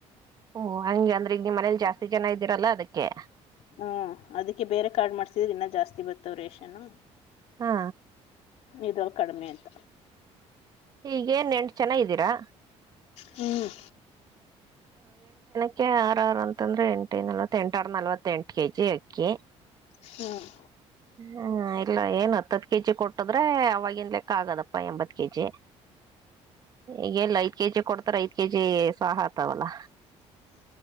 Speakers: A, on the right (about 35°); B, on the left (about 70°).
A: ಓ ಹಂಗಗೆ ಅಂದ್ರೆ ಈಗ ನಿ್ ಮನೇಲಿ ಜಾಸ್ತಿ ಜನ ಇದ್ದೀರಲ್ಲಾ ಅದಕ್ಕೆ
B: ಹ್ಮ ಅದಕ್ಕೆ ಬೇರೆ ಕಾರ್ಡ್ ಮಾಡ್ಸಿದ್ರೆ ಇನ್ನ ಜಾಸ್ತಿ ಬತಾವ್ ರೇಷನ್
A: ಹಾ
B: ನೀದುೋ ಕಡಿಮೆಂತ
A: ಹಗೇನ್ ನೆಂಟು ಜನ ಇದ್ದೀರಾ
B: ಹ್ಮ್
A: ಅಕ್ಕಿ ಆರಾರು ಅಂತಂದ್ರೆ ಎಂಟ ನಲವತ್ತ ಎಂಟರ ನಲ್ವತ್ತೆಂಟು ಕೆಜಿ ಅಕ್ಕಿ
B: ಹ್ಮ್
A: ಹ್ಮ್ ಇಲ್ಲ ಏನ್ ಹತ್ತತ್ ಕೆಜಿ ಕೊಟ್ಟದ್ರೆ ಅವವಾಗಿನ್ಲೆಕ್ಕ ಆಗದಪ್ಪ ಎಂಬತ್ ಕೆಜಿ ಈಗೆಲ್ಲ ಐದ್ ಕೆಜಿ ಕೊಡ್ತಾರ ಐದ್ ಕೆಜಿ ಸಾಕತವಲ್ಲ